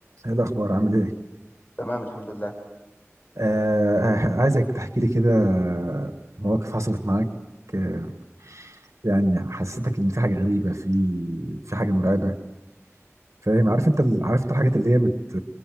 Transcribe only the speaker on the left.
تمام الحمد لله